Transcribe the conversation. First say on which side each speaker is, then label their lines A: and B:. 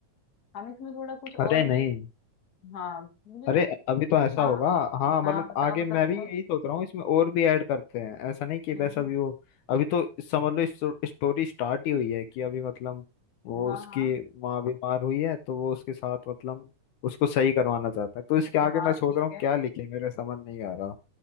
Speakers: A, on the left; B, on the left.
A: हम इसमें थोड़ा कुछ और
B: अरे नहीं
A: भी हाँ मुझे
B: अरे अभी तो ऐसा
A: हाँ
B: होगा हाँ मतलब
A: हाँ बताओ
B: आगे
A: बताओ
B: मैं
A: बताओ
B: भी यही सोच रहा हूँ इसमें और भी ऐड करते हैं ऐसा नहीं
A: हम्म,
B: कि बस अभी वो अभी तो समझ लो स्टोरी स्टार्ट ही हुई है कि अभी मतलब वो
A: हाँ
B: उसकी
A: हाँ
B: माँ बीमार हुई है तो वो उसके साथ मतलब उसको सही करवाना चाहता है तो इसके आगे
A: हाँ
B: मैं
A: ठीक
B: सोच रहा हूँ
A: है
B: क्या लिखे मेरे समझ नहीं आ रहा